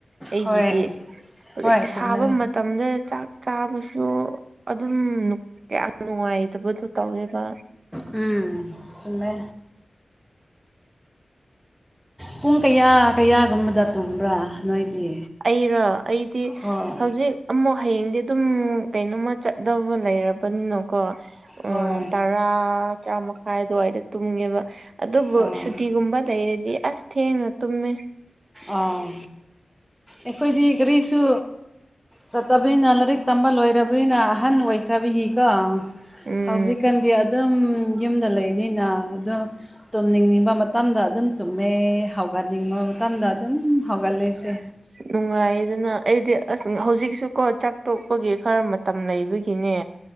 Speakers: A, on the right; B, in the centre.
A: ꯑꯩꯒꯤꯗꯤ
B: ꯍꯣꯏ
A: ꯍꯧꯖꯤꯛ
B: ꯍꯣꯏ ꯆꯨꯝꯃꯦ
A: ꯁꯥꯕ ꯃ ꯇꯝꯗꯦꯅ ꯆꯥꯛ ꯆꯥꯕꯁꯨ ꯑꯗꯨꯝ ꯅꯨꯞ ꯀꯌꯥ ꯅꯨꯡꯉꯥꯏꯇꯕꯗꯨ ꯇꯧꯋꯦꯕ
B: ꯎꯝ ꯆꯨꯝꯃꯦ ꯄꯨꯡ ꯀꯌꯥ ꯀꯌꯥꯒꯨꯝꯕꯗ ꯇꯨꯝꯕ꯭ꯔꯥ ꯅꯣꯏꯗꯤ
A: ꯑꯩꯔꯥ ꯑꯩꯗꯤ
B: ꯍꯣꯏ
A: ꯍꯧꯖꯤꯛ ꯑꯃꯨꯛ ꯍꯌꯦꯡꯗꯤ ꯑꯗꯨꯝ ꯀꯩꯅꯣꯃ ꯆꯠꯗꯧꯕ ꯂꯩꯔꯕꯅꯤꯅꯀꯣ ꯎꯝ
B: ꯍꯣꯏ
A: ꯇꯔꯥ ꯇꯔꯥ ꯃꯈꯥꯏ ꯑꯗꯨꯋꯥꯏꯗ ꯇꯨꯝꯉꯦꯕ ꯑꯗꯨꯕꯨ
B: ꯑꯥ
A: ꯁꯨꯇꯤꯒꯨꯝꯕ ꯂꯩꯔꯗꯤ ꯑꯁ ꯊꯦꯡꯅ ꯇꯨꯝꯃꯦ
B: ꯑꯥ ꯑꯩꯈꯣꯏꯗꯤ ꯀꯔꯤꯁꯨ ꯆꯠꯇꯕꯅꯤꯅ ꯂꯥꯏꯔꯤꯛ ꯇꯝꯕ ꯂꯣꯏꯔꯕꯅꯤꯅ ꯑꯍꯟ ꯑꯣꯏꯈ꯭ꯔꯕꯤꯒꯤꯀꯣ
A: ꯎꯝ
B: ꯍꯧꯖꯤꯛꯀꯥꯟꯗꯤ ꯑꯗꯨꯝ ꯌꯨꯝꯗ ꯂꯩꯅꯤꯅ ꯑꯗꯣ ꯇꯨꯝꯅꯤꯡꯅꯤꯡꯕ ꯃꯇꯝꯗ ꯑꯗꯨꯝ ꯇꯨꯝꯃꯦ ꯍꯧꯒꯠꯅꯤꯡꯕ ꯃꯇꯝꯗ ꯑꯗꯨꯝ ꯍꯧꯒꯠꯂꯦꯁꯦ
A: ꯑ ꯅꯨꯡꯉꯥꯏꯗꯅ ꯑꯩꯗꯤ ꯑꯁ ꯍꯧꯖꯤꯛꯁꯨꯀꯣ ꯆꯥꯛ ꯇꯣꯛꯄꯒꯤ ꯈꯔ ꯃꯇꯝ ꯂꯩꯕꯒꯤꯅꯦ